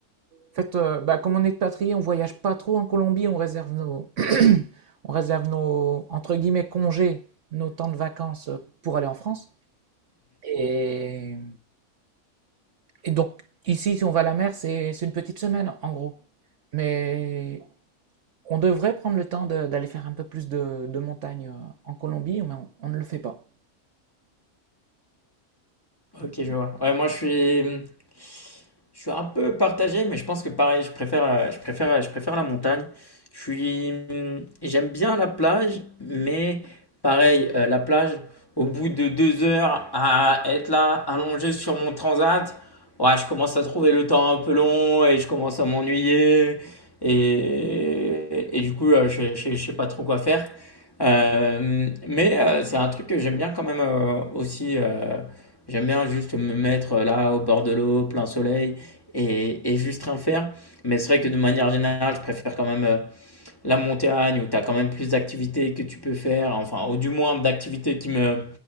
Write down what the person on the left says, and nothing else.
Ok, je vois. Ouais, moi, je suis, je suis un peu partagé, mais je pense que pareil, je préfère, euh, je préfère, je préfère la montagne. Je suis, j'aime bien la plage, mais pareil, euh, la plage, au bout de deux heures à être là, allongé sur mon transat, ouais, je commence à trouver le temps un peu long et je commence à m'ennuyer. Et, et du coup, euh, je, je, je sais pas trop quoi faire. Euh, mais euh, c'est un truc que j'aime bien quand même euh, aussi. euh, J'aime bien juste me mettre là au bord de l'eau, plein soleil, et, et juste rien faire. Mais c'est vrai que de manière générale, je préfère quand même euh, la montagne où tu as quand même plus d'activités que tu peux faire, enfin, ou du moins d'activités qui me,